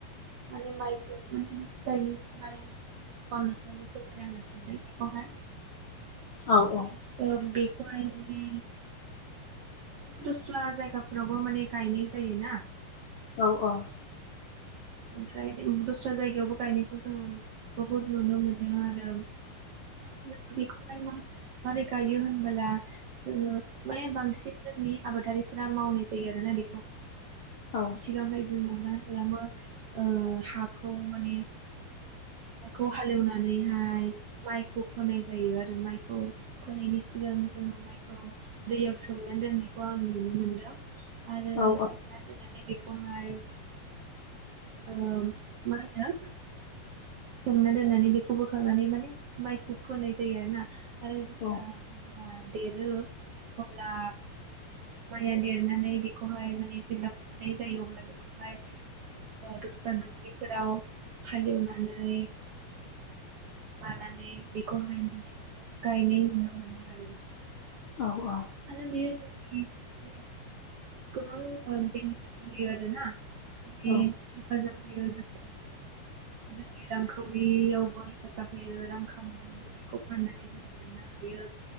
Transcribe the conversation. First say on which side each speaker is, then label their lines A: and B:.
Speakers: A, on the right; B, on the left.
A: माने माइखौ <unintelligible> गायनायनि माने प्रसेसखौ आं नोंथांनो फोरमायना होनो सानदों बेखौहाय
B: औ
A: माने बेखौहाय माने माने दस्रा जायगा फ्रावबा माने गायनाय जायो ना।
B: औ औ
A: ओमफ्राय दस्रा जायगायावबो गायनायखौ जोङो बहुद नुनो मोनो आरो जोङो बेखौहाय मा-मारै गायो होनबोला जोङो माने बांसिन जोंनि आबादारिफोरा मावनाय जायो आरोना बेखौ
B: औ
A: सिगांहाय जोङो मा खालामो हाखौ माने हाखौ हालेवनानैहाय माइखौ फोनाय जायो आरो माइखौ फोनायनि सिगां जोङो माइखौ दैयाव सोमनानै दोननाय खौ आं नुनो मोनदों आरो
B: औ औ
A: सोमना दोननानै बे खौहाय ओ मा होनो सोमना दोननानै बेखौ बोखांनानै माने माइखौ फोनाय जायो आरोना। आरो जेब्ला
B: औ
A: माइ आ देरो अब्ला माइया देरनानै बेखौहाय माने जेब्ला फुनाय जायो अब्ला बेखौहाय दस्रा दुब्लिफोराव हालेवनानै मानानै बेखौहाय माने गायनाय नुनो मोनो आरोना।
B: औ औ
A: आरो बेयो जोंनि माने गोबां <unintelligible> होयो आरो ना माने
B: औ
A: हेफाजाब <unintelligible> जोंनि रांखावरियावबो हेफाजाब होयो रां खामायनायावबो। बेखौ फाननानै जोङो मोननो हायो।